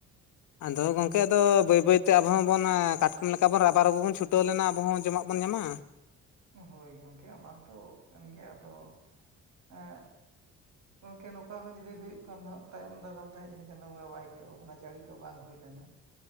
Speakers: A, on the left; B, on the right.
A: ᱟᱫᱚ ᱜᱚᱢᱠᱮ ᱟᱫᱚ ᱵᱟᱹᱭ ᱵᱟᱹᱭᱛᱮ ᱟᱵᱚ ᱦᱚᱸᱵᱚᱱ ᱠᱟᱴ ᱠᱚᱢ ᱞᱮᱠᱟ ᱵᱚᱱ ᱨᱟᱵᱟᱨᱩᱵᱩ ᱵᱚᱱ ᱪᱷᱴᱟᱹᱣ ᱞᱮᱱᱟ ᱟᱵᱚ ᱦᱚᱸ ᱡᱚᱢᱟᱜ ᱵᱚᱱ ᱧᱟᱢᱟ᱾
B: ᱦᱳᱭ ᱜᱚᱢᱠᱮ ᱚᱱᱟᱛᱚ ᱠᱟᱱ ᱜᱮᱭᱟ ᱟᱫᱚ ᱮᱸ ᱜᱚᱢᱠᱮ ᱱᱚᱝᱠᱟ ᱦᱚᱸ ᱡᱩᱫᱤ ᱦᱩᱭᱩᱜ ᱠᱷᱟᱱ ᱫᱚ ᱦᱟᱸᱜ ᱛᱟᱭᱚᱢ ᱫᱟᱨᱟᱢ ᱛᱮ ᱦᱟᱸ ᱡᱤ ᱪᱟᱸᱫᱳ ᱵᱚᱸᱜᱟ ᱵᱟᱭ ᱠᱚᱚᱜ ᱠᱟᱱᱟ ᱡᱟᱹᱲᱤ ᱠᱚ ᱵᱟᱝ ᱦᱩᱭ ᱞᱮᱱᱟ᱾